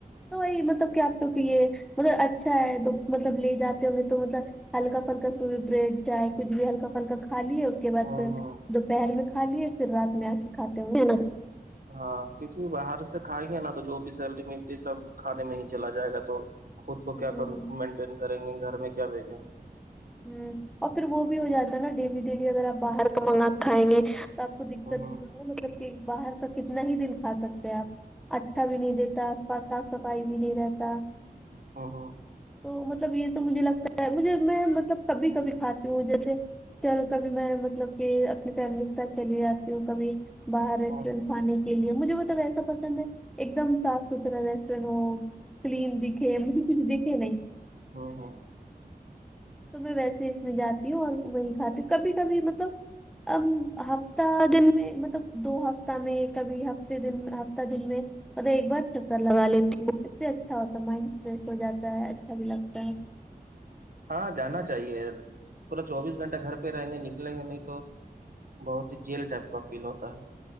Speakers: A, in the centre; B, on the right.
A: تو وہی مطلب کیا آپتے کہ یہ مطلب اچھا ہے مطلب لے جاتے ہوں گے تو مطلب ہلکا پھلکا سوئے بریڈ چائے کچھ بھی ہلکا پھلکا کا لیے اس کے بع
B: ہوں
A: پھر دوپہر میں کھا لیے پھر رات میں آ کے کھاتے ہوئے
B: ہاں کیونکہ باہر سے کھائیں گے نا تو جو بھی سیلری مل سب کھانے میں ہی چلا جائے گا تو خود کو
A: ہوں
B: کیا مینٹین کریں گے گھر میں کیا بھیجیں گے
A: ہ اور پھر وہ بھی ہو جاتا ہے نا ڈیلی ڈیلی اگر آپ باہر کو منگا کھائیں گے آپ کو دقت
B: ہوں ہوں
A: بھی تو ہے مطلب کہ باہر کا کتنا ہی دن کھا سکتے ہیں آپ اچھا بھی نہیں دیتا صاف صفائی بھی نہیں رہتا
B: ہ ہاں
A: تو مطلب یہ تو مجھے لگتا ہے مجھے میں مطلب کبھی کبھی کھاتی ہوں جیسے چل کبھی میں مطلب کہ اپنی فیملی کے ساتھ چلی جاتی ہوں کبھی باہر
B: ہوں
A: ریسٹورینٹ
B: ہوں
A: کھانے کے لیے مجھے ب تو ویسا پسند ہے ایک دم صف سترا رسنو کلیم دکھے مجھے کچھ دکھے نہیں
B: ہاں ہاں
A: تو میں ویسے اس میں جاتی ہوں اور وہی کھاتی ہ کبھی کبھی مطلب ا ہفتہ دن میں مطلب دو ہفتہ میں کبھی ہفتے دن ہفتہ دن میں اور ایک بار چکر لگا لیتی ہوں ا سے اچھا ہوتا مائنڈ فریش ہو جاتا ہے اچھا بھی لگتا ہے
B: ہاں جانا چاہیے پورا چوبیس گھنٹہ گھر پہ رہیں گے نکلیں گے نہیں تو بہت ہی جیل ٹائپ کا فیل ہوتا ہے